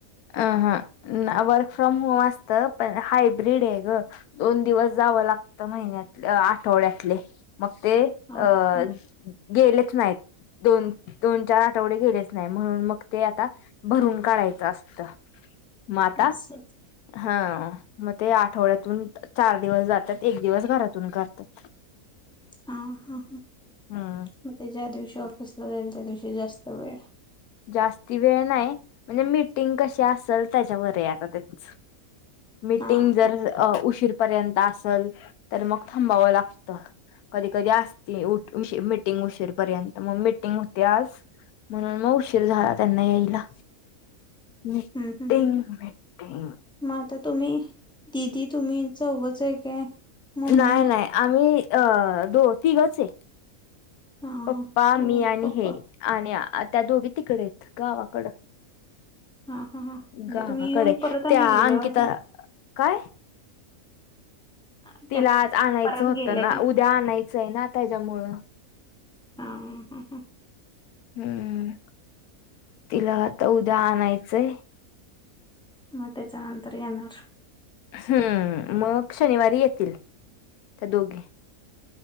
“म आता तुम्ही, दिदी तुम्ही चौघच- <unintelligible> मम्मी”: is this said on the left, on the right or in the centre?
Centre